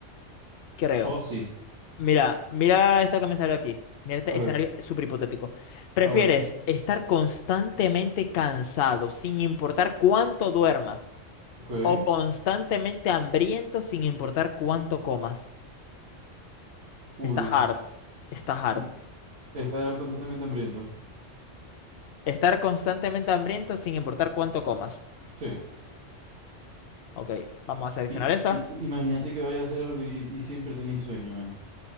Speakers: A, on the left (about 60°); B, on the right (about 65°).
A: Creo.
B: Josi,
A: Mira, mira esto que me salió aquí. Mira este
B: a ver,
A: escenario súper hipotético. ¿Prefieres
B: a ver,
A: estar constantemente cansado sin importar cuánto duermas
B: ok.
A: o constantemente hambriento sin importar cuánto comas?
B: Uy,
A: Está hard. Está hard.
B: mm, estar completamente hambriento.
A: Estar constantemente hambriento sin importar cuánto comas.
B: Sí.
A: Ok, vamos a seleccionar
B: Y,
A: esa.
B: y- y- imagínate que vayas a hacer algo y, y siempre tenéis sueño, man.